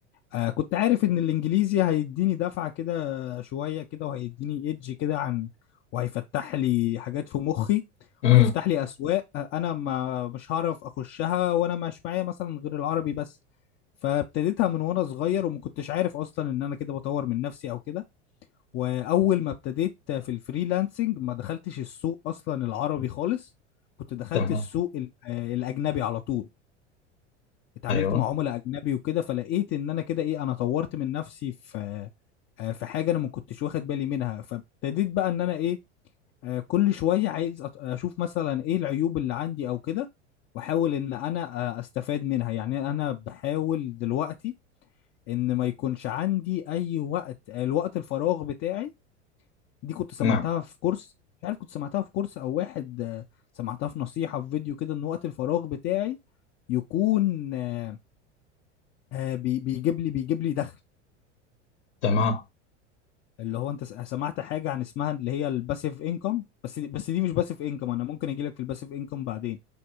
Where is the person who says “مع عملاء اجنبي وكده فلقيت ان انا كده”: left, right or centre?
Left